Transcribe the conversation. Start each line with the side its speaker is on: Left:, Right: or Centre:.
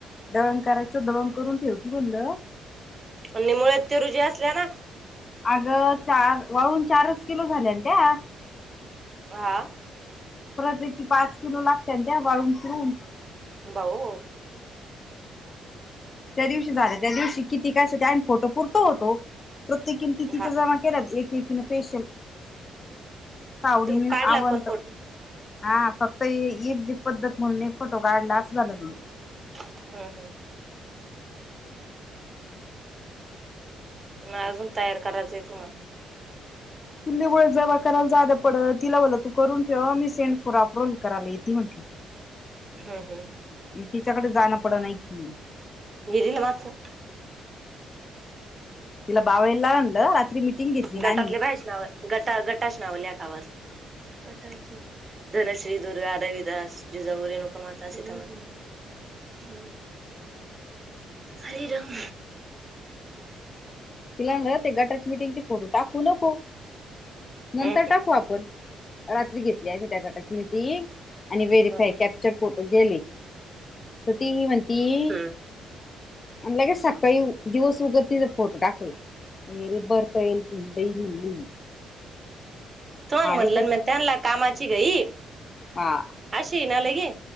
Left: दळण करायचं दळण करून ठेवती म्हणलं.
Right: आणि मुळात ते रुज्या असल्या ना.
Left: अग चार वाळून चारच किलो झाल्या त्या.
Right: हा.
Left: परत आहे की पाच किलो लागत्याता वाळून फिरून.
Right: बाऊ.
Left: त्या दिवशी झालं त्या दिवशी किती काय अस फोटो पुर तो होतो, प्रत्येकीने कीतिचा
Right: हा
Left: जमा केला एकेकीने स्पेशल. सावडीनी
Right: तुम काढला
Left: आवंत.
Right: कोण फोटो
Left: हा फक्त एक जी पद्धत मुलने फोटो काढला अस झाल म.
Right: हम् हम्. म अजून तयार करायचं आहे तुम्हाला.
Left: कील्लीमुळे जमा करायला जान पड तिला बलो तू करून ठेव मी सेंड फोराप्रोल कराला येती म्हंटलं.
Right: हम् हम्
Left: तिच्याकडे जाणं पड नाही की?
Right: गेलीला मागचं
Left: इला भाव एला म्हलं रात्री मी. घेतली ना
Right: गटातले बायका गटा गटाश लावल्या <unintelligible> गटाचे, धनश्री, दुरगा, रविदास, जिजाऊ, रेनुकामाता, सीतामाता. हरी राम.
Left: तिलान ते गटाचे मिटिंग चे फोटो दाखवू नको. नंतर
Right: हम्
Left: टाकू आपण रात्री घेतली आ मी त्या गटाची मिटिंग. आणि व्हेरीफाय
Right: हम्
Left: कॅप्चर फोटो केले. तर ती म्हणती,
Right: हम्म
Left: आणि लगेच सकाळी दिवस उगत फोटो टाकला <unintelligible>
Right: तर म्हणल
Left: आणि ते
Right: म त्यांला कामाची घाई.
Left: हा
Right: अशी ना लगे.